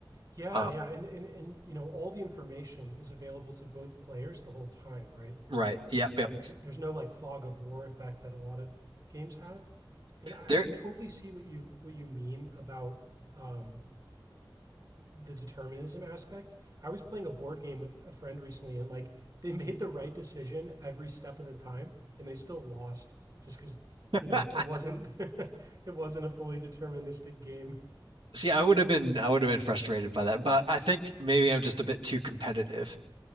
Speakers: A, on the right; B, on the right.
A: Yeah,
B: Uh,
A: yeah, and and, and you know, all the information is available to both players the whole time, right?
B: right. Yep.
A: So
B: Yep.
A: it's there's no like fog of war effect that a lot of games have, and I,
B: There.
A: I can totally see what you what you mean about um, the determinism aspect. I was playing a board game with a friend recently, and like they made the right decision every step of the time, and they still lost just because
B: <laughs>
A: you know it wasn't <laughs> it wasn't a fully deterministic game.
B: See, I would have been I would have been frustrated by that, but I think maybe I'm just a bit too competitive.